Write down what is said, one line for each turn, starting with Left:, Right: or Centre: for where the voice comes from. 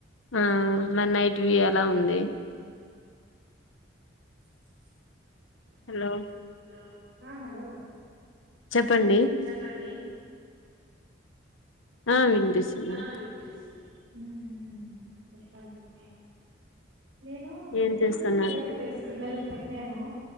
Left: ఆ మరి నైట్ వ్యూ ఎలా ఉంది. హలో
Right: హలో ఆ హలో
Left: చెప్పండి
Right: చెప్పండి
Left: ఆ వినిపిస్తుంది
Right: ఆ వినిపిస్తుంది. హ్ చెప్పాలి చెప్పల్ నేను తినేసి
Left: ఏం చేస్తున్నారు
Right: పిల్లలక్ పె పిల్లలకి పెట్టాను